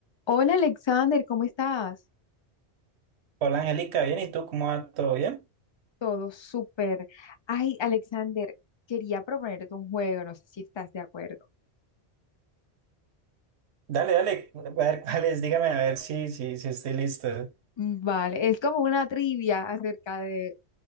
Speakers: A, on the left (about 35°); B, on the right (about 75°).
A: Hola Alexander, ¿cómo estás?
B: Hola Angélica, bien, ¿y tú cómo va? ¿Todo bien?
A: Todo súper. Ay, Alexander, quería proponerte un juego, no sé si estás de acuerdo.
B: Dale, dale, a ver cuáles, dígame a ver si, si, si estoy listo.
A: Mm, Vale, es como una trivia acerca de